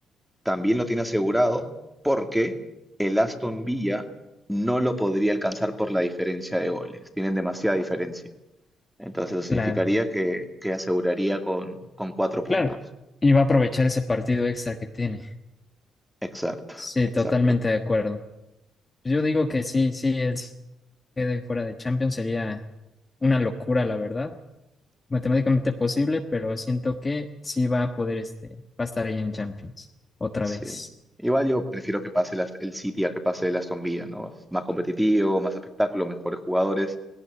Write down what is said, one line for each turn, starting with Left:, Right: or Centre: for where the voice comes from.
Centre: también lo tiene asegurado porque el Aston Villa no lo podría alcanzar por la diferencia de goles. Tienen demasiada diferencia. Entonces eso
Left: Claro,
Centre: significaría que, que aseguraría con, con cuatro puntos.
Left: claro. Y va a aprovechar ese partido extra que tiene.
Centre: Exacto,
Left: Sí,
Centre: exacto.
Left: totalmente de acuerdo. Yo digo que sí, sí, él se quede fuera de Champions sería una locura, la verdad. Matemáticamente posible, pero siento que sí va a poder, este, va a estar ahí en Champions otra
Centre: Sí.
Left: vez.
Centre: Igual yo prefiero que pase el Ast- el City a que pase el Aston Villa, ¿no? Es más competitivo, más espectáculo, mejores jugadores.